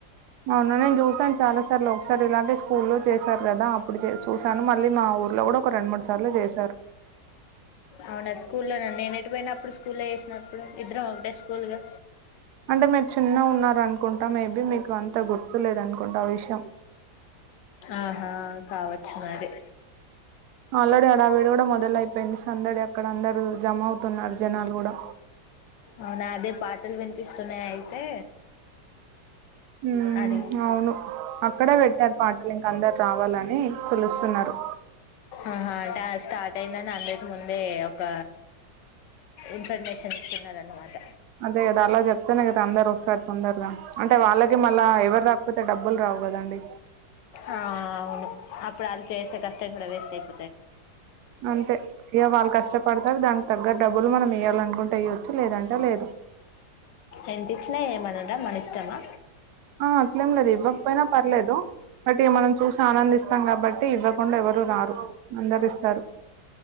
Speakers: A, on the right; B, on the left.
A: అవునా నేను చూసాను చాలా సార్లు ఒకసారి ఇలాగే స్కూల్లో చేశారు కదా అప్పుడు చూసా చూసాను మళ్ళీ మా ఊర్లో కూడా ఒక రెండు మూడు సార్లు చేశారు
B: అవునా స్కూల్లోన నేనెట్ పోయిన అప్పుడు స్కూల్లో చేసినప్పుడు ఇద్దరం ఒకటే స్కూల్గా
A: అంటే మీరు చిన్నగ ఉన్నారు అనుకుంటా మేబీ మీకు అంత గుర్తు లేదనుకుంటా ఆ విషయం
B: ఆహా కావచ్చు మరి
A: ఆల్రెడి హడావిడి కూడా మొదలయిపోయింది సందడి అక్కడ అందరూ జమ అవుతున్నారు జనాలు కూడా
B: అవునా అదే పాటలు వినిపిస్తున్నాయి అయితే
A: హ్మ్
B: అడిగా
A: అవును అక్కడ పెట్ ర్ పాటలు ఇంక అందరు రావాలని పిలుస్తున్నారు
B: ఆహా అంట స్టార్ట్ అయిందని అందక ముందే ఒక ఇన్ఫర్మేషన్ ఇస్స్తున్నారు అన్నమాట
A: అదే కదా అలా చెప్తేనే కదా అందరు వస్తారు తొందరగా అంటే వాళ్ళకి మళ్ళా ఎవరు రాకపోతే డబ్బులు రావు కదండి
B: ఆ అవును అప్పుడు వాళ్ళు చేసే కష్టం కూడా వేస్ట్ అయింది
A: అంతే ఇగ వాళ కష్టం పడతారు దానికి తగ్గ డబ్బులు మనం ఇేయ్యాలనుకుంటే ఇయ్యొచ్చు లేదంటే లేదు
B: ఎంత ఇచ్చినా ఏమనడా మన ఇష్టమా
A: అట్లేం లేదు ఇవ్వకపోయినా పర్లేదు బట్టి మనం చూసి ఆనందిస్తాం కాబట్టి ఇవ్వకుండా ఎవరు రారు అందరిస్తారు